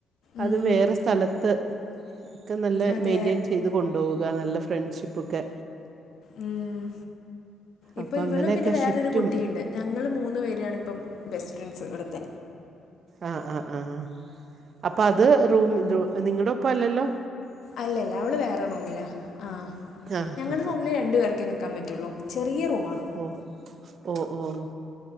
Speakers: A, on the left; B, on the right.
A: ഉം,
B: അതും വേറെ സ്ഥലത്ത് ഒക്കെ നല്ല
A: അതെ
B: മെയിന്റെയിൻ ചെയ്ത് കൊണ്ടോവുക നല്ല ഫ്രണ്ട്ഷിപ്പൊക്കെ
A: മ്മ് ഇപ്പൊ
B: അപ്പം
A: ഇവളും
B: അങ്ങനെയൊക്കെ
A: പിന്നെ വേറൊരു
B: ഷിഫ്റ്റും
A: കുട്ടിയിണ്ട്. ഞങ്ങള് മൂന്ന് പേരാണിപ്പം ബെസ്റ്റ് ഫ്രണ്ട്സ് ഇവിടത്തെ
B: ആ ആഹ് ആ ആഹ് അപ്പ അത് റൂം നിങ്ങടെ ഒപ്പം അല്ലല്ലോ?
A: അല്ല അല്ല അവൾ വേറെ റൂമില ആ
B: ആ
A: ഞങ്ങടെ
B: ആ
A: റൂമില് രണ്ടു പേർക്കേ നിക്കാൻ പറ്റുള്ളൂ. ചെറിയ റൂമാ
B: ഓഹ് ഓഹ് ഓഹ് ഓഹ്